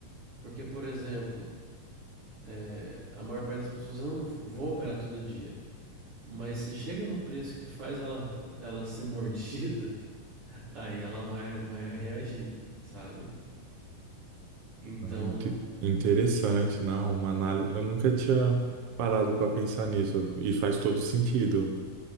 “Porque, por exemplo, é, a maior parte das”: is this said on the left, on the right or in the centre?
Right